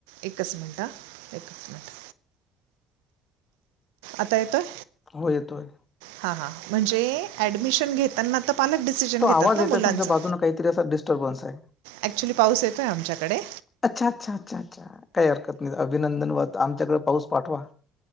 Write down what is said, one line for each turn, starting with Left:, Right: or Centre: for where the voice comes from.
Right: एक कस मिंटं एकस मिंट आता येतोय
Left: हो येतोय
Right: हां हां म्हणजे ऍडमिशन घेताना तर पालक डिसिजन
Left: तो आवाज
Right: घेतात ना
Left: येत
Right: मुलांचं
Left: आहे तुमच्या बाजून काहीतरी असा डिस्टर्बन्स आहे.
Right: ऍक्च्युली पाऊस येतोय आमच्याकडे!
Left: अच्छा अच्छा अच्छा अच्छा काही हरकत नाही, अभिनंदन वत आमच्याकडे पाऊस पाठवा.